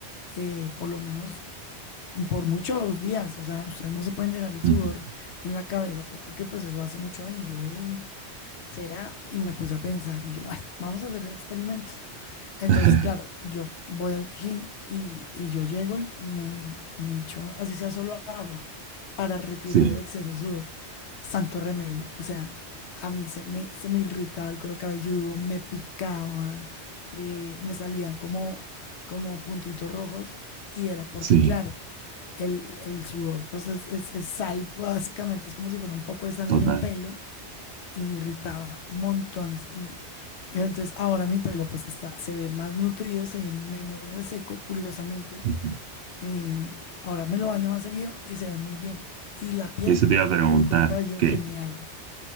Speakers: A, on the left (about 75°); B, on the right (about 65°).
A: eh, por lo menos por muchos días. O sea, ustedes no se pueden dejar el
B: Ujú.
A: sudor en la cabeza porque pues eso hace mucho daño. Yo, "Eh, ¿Será? Y me puse a pensar y yo, bueno, vamos a hacer el experimento. Entonces,
B: <laughs>
A: claro, yo voy al gym y, y yo llego y, y me, me echo, así sea solo agua, para retirar
B: Sí,
A: el exceso de sudor. Santo remedio. O sea, a mí se me, se me irritaba el cuero cabelludo, me picaba, eh, me salían como, como puntitos rojos y era porque,
B: sí,
A: claro, el, el sudor pues es, es es sal, básicamente, es como si fuera un poco de sal
B: total.
A: en el pelo y me irritaba montones. Y entonces ahora mi pelo pues está, se ve más nutrido, se ve menos reseco, curiosamente.
B: Ujú.
A: Eh, ahora me lo baño más seguido y se ve muy bien. Y la piel,
B: Eso te iba a preguntar,
A: el cuero cabelludo,
B: que
A: genial.